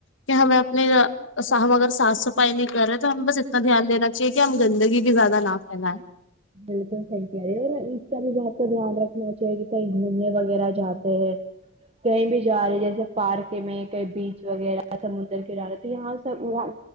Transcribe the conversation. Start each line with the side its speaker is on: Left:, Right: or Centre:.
Left: کہ ہمیں اپنی ہم اگر صاف صفائی نہیں کر رہے تو ہم بس اتنا دھیان دینا چاہیے کہ ہم گندگی بھی زیادہ نہ پھیلائیں
Right: بالکل صحیح کہہ رہی ہے اور اس کا بھی بات تو دھیان رکھنا ہو چاہیے کہ کہیں گھومنے وغیرہ جاتے ہیں کہیں بھی جا رہے جیسے پارک میں کہیں بیچ وغیرہ سمندر کنارے تو یہاں سب وہاں